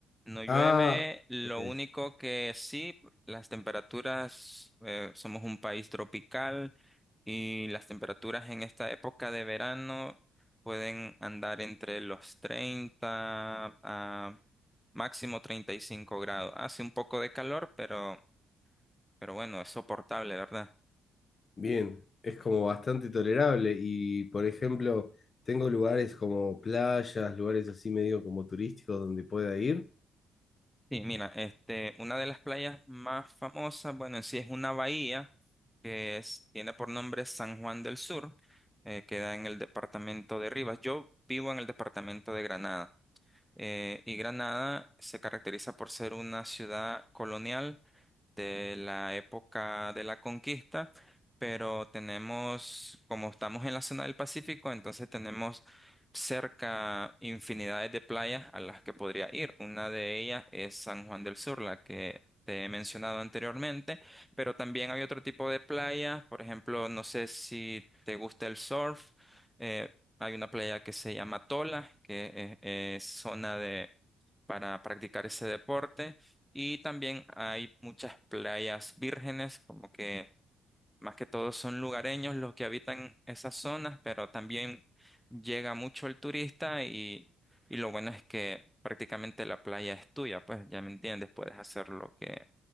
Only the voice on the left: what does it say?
Ah,
ok.
Bien. Es como bastante tolerable y, por ejemplo, tengo lugares como playas, lugares así medio como turísticos donde pueda ir.